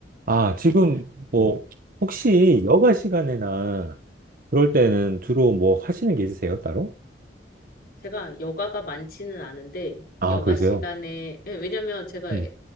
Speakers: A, on the right (about 55°); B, on the left (about 55°).
A: 아, 지금 뭐 혹시 여가 시간이나 그럴 때는 주로 뭐 하시는 게 있으세요, 따로?
B: 제가 여가가 많지는 않은데
A: 아,
B: 여가
A: 그러세요?
B: 시간에 예, 왜냐면 제가
A: 음.
B: 애-